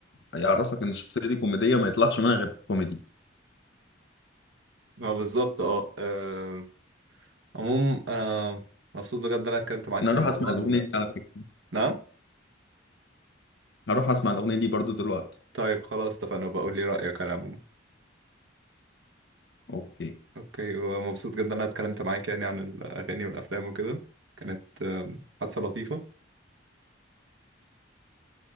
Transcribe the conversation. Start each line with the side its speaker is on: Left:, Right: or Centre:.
Left: هيعرفك ان الشخصيه دي كوميديه ما يطلعش منها غير كوميدي
Right: ما بالظبط اه آه، عموم آه مبسوط بجد إن انا اتكلمت معاك
Left: انا
Right: في
Left: هروح
Right: موضوع
Left: اسمع الاغنيه
Right: ال...
Left: دي على فكره
Right: نعم
Left: هروح اسمع الاغنيه دي برضو دلوقتي
Right: طيب خلاص اتفقنا بقول لي رأيك انا عموما
Left: اوكي
Right: اوكي ومبسوط جدا ان انا اتكلمت معاك يعني عن الاغاني والافلام وكده كانت آه، حادثة لطيفة